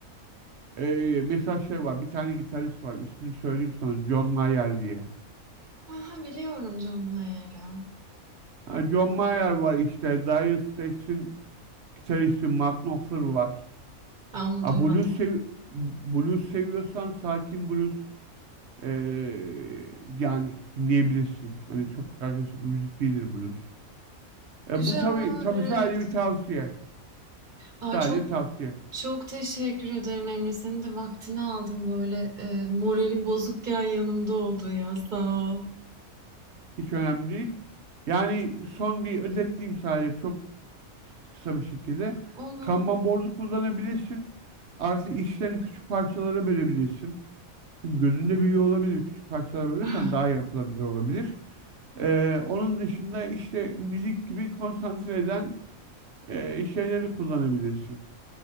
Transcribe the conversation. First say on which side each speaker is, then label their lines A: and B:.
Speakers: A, on the right (about 60°); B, on the right (about 35°).
A: Ee, mesela şey var. Bir tane gitarist var. İsmini söyleyeyim sana. John Mayer diye.
B: Hı biliyorum John Mayer'ı.
A: Ha, John Mayer var işte. Dire Straits'in gitaristi Mark Knopfler var.
B: Ben onu
A: Ha,
B: duymadım.
A: blues, sev blues seviyorsan sakin blues ee, yani dinleyebilirsin. Hani çok agresif bir müzik değildir blues. E,
B: Güzel
A: bu tabii
B: olabilir,
A: tabii
B: evet.
A: sadece bir tavsiye.
B: Ay,
A: Sadece
B: çok
A: tavsiye.
B: çok teşekkür ederim Emre. Senin de vaktini aldım böyle e, moralim bozukken yanımda oldun ya. Sağ ol.
A: Hiç önemli değil. Yani son bir özetleyeyim sadece çok kısa bir şekilde.
B: Olur.
A: Kanban
B: <sighs>
A: board'u kullanabilirsin. Artı işlerini küçük parçalara bölebilirsin. Çünkü gözünde büyüyor olabilir. Küçük parçalara bölürsen
B: Ah,
A: daha yapılabilir olabilir. Ee, onun dışında işte müzik gibi konsantre eden e, şeyleri kullanabilirsin.